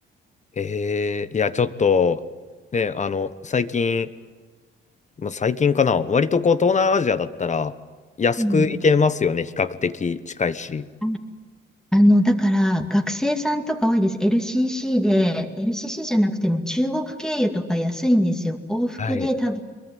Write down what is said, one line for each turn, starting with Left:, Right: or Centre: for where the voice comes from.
Left: えー、いや、ちょっと、ね、あの、最近、まあ、最近かな、割とこう東南アジアだったら安く行けますよね、
Centre: うん。
Left: 比較的近いし。
Centre: ああの、だから、学生さんとか多いです。LCC で、LCC じゃなくても中国経由とか安いんですよ。往復で多分、
Left: はい。